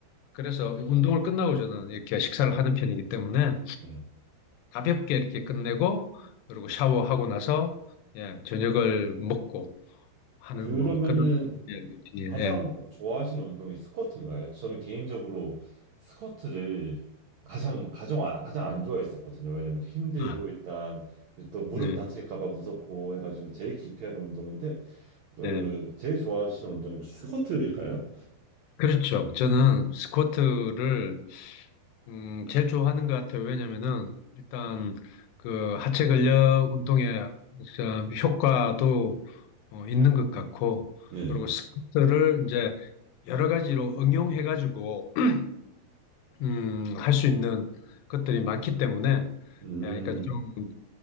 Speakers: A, on the left; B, on the right.
A: 그래서 운동을 끝나고 저는 이렇게 식사를 하는 편이기 때문에
B: 네.
A: 가볍게 이렇게 끝내고 그리고 샤워하고 나서 예, 저녁을 먹고 하는
B: 그러면은
A: 뭐 그런 예, 루틴이에요.
B: 가장
A: 예.
B: 좋아하시는 운동이 스쿼트인가요? 저는 개인적으로 스쿼트를 가장 가장 안- 가장 안 좋아했었거든요. 왜냐면 힘들고
A: 아,
B: 일단 또 무릎
A: 네.
B: 다칠까 봐 무섭고 해가지고 제일 기피하는 운동인데 그
A: 네.
B: 제일 좋아하시는 운동이 혹시 스쿼트일까요?
A: 그렇죠. 저는 스쿼트를 음, 제일 좋아하는 것 같아요. 왜냐면은, 일단, 그, 하체 근력 운동의 진짜 효과도 어, 있는 것 같고,
B: 네.
A: 그리고 스쿼트를 이제 여러 가지로 응용해가지고, <clears throat> 음, 할 수 있는 것들이 많기 때문에, 예,
B: 음,
A: 그러니까 좀